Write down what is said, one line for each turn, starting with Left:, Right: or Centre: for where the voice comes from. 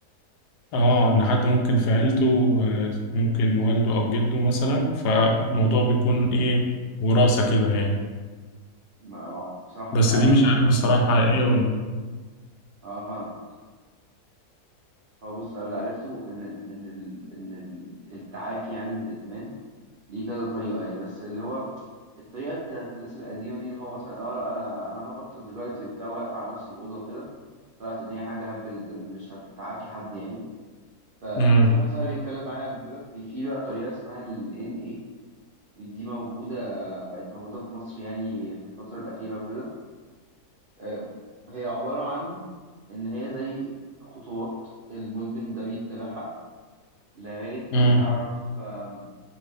Left: اه إن حد ممكن في عيلته آه ممكن والده أو جده مثلا فموضوع
Right: مم.
Left: بيكون إيه وراثة كده يعني
Right: ما ما- بصراحة
Left: بس
Right: مش عارف
Left: دي مش
Right: المعلومة
Left: عارف بصراحة
Right: دي
Left: حقيقية ولا
Right: اه فاهمك هو بص انا اللي عرفته ان ان ال- ان ال- التعافي يعني من الادمان ليه كذا طريقه يعني بس اللي هو الطريقه بتاعت الناس القديمه دي اللي هو مثلا اه لا انا انا هبطل دلوقتي وبتاع وهقفل على نفس الاوضه وكده طلعت ان هي حاجه هبله جدا مش هتعافي حد يعني فكان
Left: لأ.
Right: في واحد صاحبي بيتكلم معايا قبل كده في في بقى طريقه اسمها ال NA دي موجوده بقت موجوده في مصر يعني في الفتره الاخيره وكده آه، هي عباره عن ان هي زي خطوات المدمن ده بيتبعها لغاية
Left: مم.
Right: ما يعرف آم،